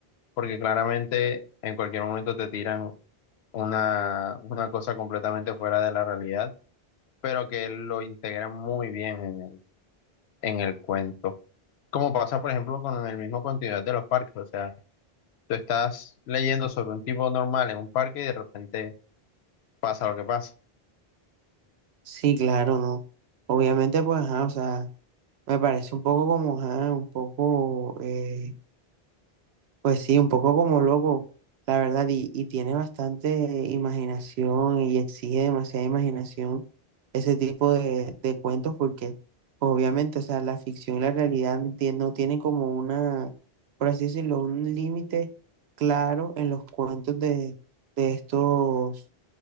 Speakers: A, on the left; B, on the right.
A: porque claramente en cualquier momento te tiran una, una cosa completamente fuera de la realidad, pero que lo integran muy bien en el, en el cuento. Como pasa, por ejemplo, con el mismo continuidad de los parques, o sea, tú estás leyendo sobre un tipo normal en un parque y de repente pasa lo que pasa.
B: Sí, claro, ¿no? Obviamente, pues ajá, o sea, me parece un poco como, ajá, un poco... eh, Pues sí, un poco como loco, la verdad, y, y tiene bastante imaginación y exige demasiada imaginación ese tipo de, de cuentos porque obviamente, o sea, la ficción y la realidad no tie- no tienen como una, por así decirlo, un límite claro en los cuentos de, de estos,